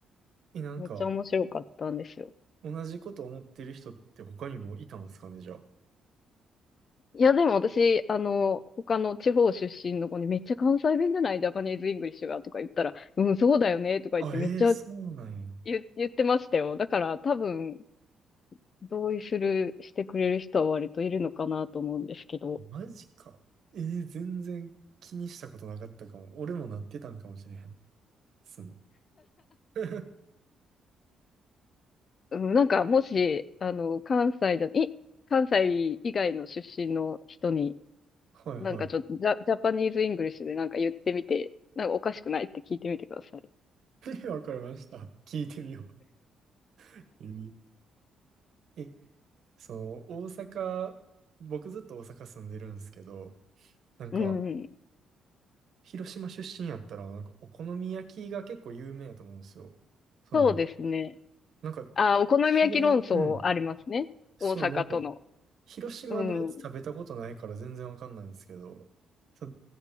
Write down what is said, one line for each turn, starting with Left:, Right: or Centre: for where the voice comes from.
Right: え、なんか、
Left: めっちゃ面白かったんですよ。
Right: 同じこと思ってる人って他にもいたんですかね、じゃ
Left: いや、でも私、あの、他の地方出身の子にめっちゃ関西弁じゃないジャパニーズ・イングリッシュがとか言ったら、うん、そうだよねとか言ってめっちゃ
Right: あ。あ、ええそうなんや。
Left: 言、言ってましたよ。だから多分、同意する、してくれる人は割といるのかなと思うんですけど、
Right: マジか。えー、全然気にしたことなかったかも。俺もなってたんかもしれへん。すね。<laughs>
Left: うん、なんかもし、あの、関西じゃ、い、関西以外の出身の人に、
Right: はいは
Left: なんかちょっとジャ、ジャパニーズ・イングリッシュでなんか言ってみて、なんかおかしくないって聞いてみてください。
Right: い。<laughs> わかりました。聞いてみよう。えーえその、大阪、僕ずっと大阪住んでるんですけど、なんか、
Left: うん、
Right: 広島出身やったら、なんか、お好み焼きが結構有名やと思うんですよ。その、
Left: そうですね。
Right: なんか、
Left: あ、お好み焼き論争ありますね。
Right: 違い、うん。そう、
Left: 大阪との。
Right: なんか、広島のやつ食べたことないから全然わかんないんですけど、
Left: うん。
Right: そ